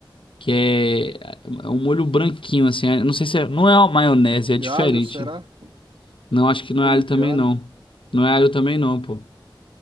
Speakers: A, on the left; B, on the right.
A: que é, é um molho branquinho, assim. Eu Não sei se é, não é uma maionese, é
B: De
A: diferente.
B: alho, será?
A: Não, acho que não
B: Molho
A: é alho também,
B: de alho.
A: não. Não é alho também, não, pô.